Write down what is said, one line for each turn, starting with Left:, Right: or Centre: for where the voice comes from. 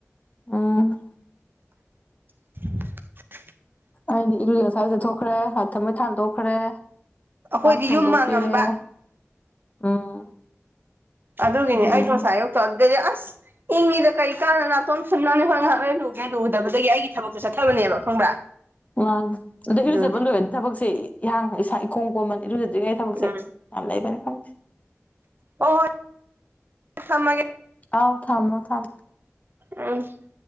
Left: ꯎꯝ
Right: <inaudible>
Left: ꯑꯩꯗꯤ ꯏꯂꯨ ꯉꯁꯥꯏ ꯂꯨꯊꯣꯛꯈ꯭ꯔꯦ ꯂꯥꯏ ꯊꯥꯎꯃꯩ ꯊꯥꯟꯗꯣꯛꯈ꯭ꯔꯦ
Right: ꯑꯩꯈꯣꯏꯗꯤ
Left: ꯆꯥꯛ ꯊꯣꯡꯗꯣꯛꯄꯤꯔꯦ
Right: ꯌꯨꯝ ꯃꯥꯡꯉꯝꯕ
Left: ꯎꯝ
Right: ꯑꯗꯨꯒꯤꯅꯦ
Left: ꯑꯗꯨꯅꯅꯤ
Right: ꯑꯩꯗ‌ꯣ ꯉꯁꯥꯏ ꯑꯌꯨꯛ ꯇꯧꯗ‌ꯣꯏꯅ‌ꯦ ꯑꯁ ꯏꯪꯉꯤꯗ ꯀꯩ ꯀꯥꯟꯗ ꯅꯥꯇ‌ꯣꯟ ꯐꯨꯟꯅꯝꯅꯤ ꯍꯣꯔ‌ꯦꯟ ꯉꯥꯏꯍꯥꯛ ꯂꯩꯔ ꯂꯨꯒꯦ ꯂꯨꯗꯕꯗꯒꯤ ꯑꯩꯒꯤ ꯊꯕꯛꯁꯦ ꯆꯠꯊꯕꯅꯦꯕ ꯈꯪꯕ꯭ꯔꯥ
Left: ꯋꯥꯟ ꯑꯗ‌ꯣ
Right: ꯑꯗꯨꯅꯤ
Left: ꯏꯔꯨꯖꯕ ꯂꯣꯏꯔꯗꯤ ꯊꯕꯛꯁꯦ ꯏꯍꯥꯡ ꯏꯁꯥ ꯏꯀ‌ꯣꯝ ꯀꯣꯝꯕꯅ‌ꯦ ꯏꯔꯨꯖꯗ꯭ꯔꯤꯉꯩꯒꯤ ꯊꯕꯛꯁꯦ
Right: ꯎꯝ
Left: ꯌꯥꯝ ꯂꯩꯕꯅ‌ꯦ ꯈꯪꯗ‌ꯦ
Right: ꯍ‌ꯣ ꯍ‌ꯣꯏ ꯊꯝꯃꯒ‌ꯦ
Left: ꯑꯥꯎ ꯊꯝꯃꯣ ꯊꯝꯃ‌ꯣ
Right: <unintelligible>